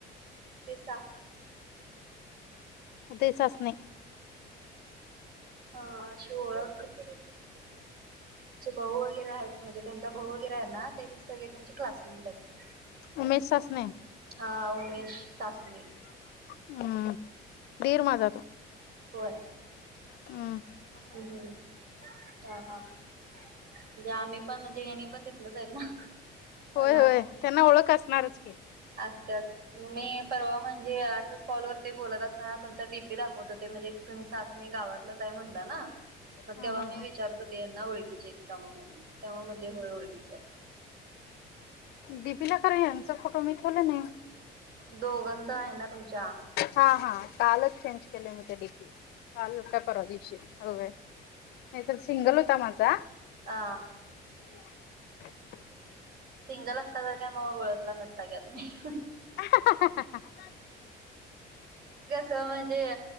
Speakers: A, on the right; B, on the left.
A: ते साफने.
B: उदय चाचणे.
A: हा अशी ओळख. तीचे भाऊ वगैरे आहेत म्हणजे त्यांचा भाऊ वगैरे आहे ना. ते सगळे तेचे क्लासमेट आहेत
B: उमेश सासणे
A: हा उमेश. सासनी.
B: हम्म दीर माझा तो
A: होय
B: हम्.
A: हम्म हा हा. म्हणजे आम्ही पण म्हणजे येणी पण तेतलंच आहेत मग.
B: होय
A: हो लाग.
B: होय त्यांना ओळख असणारच की
A: असत्यात मी परवा म्हणजे असच कॉलवररती बोलत असताना तुमचा डीपे दाखवत होते म्हणजे. तुम्ही सासणी गावातलंच आहे म्हणला ना मग
B: हा
A: तेव्हा
B: हा
A: मी
B: हा
A: विचारत हो ते यांना ओळखीचे. म्हणून तेव्हा मधले होय ओळखीच्यात.
B: डीपिला खर यांचा फोटो मी ठेवले नाही.
A: दोघांच आहे ना तुमच्या
B: हा हा कालच चेंज केले होते डीपी. काल काय परवा दिवशी हो नाही तर सिंगल होता माझा.
A: आ.
B: <inaudible>
A: सिंगल असता तर काय मग ओळखला नसता घ्या तुम्ही.
B: <inaudible>
A: तर म्हणजे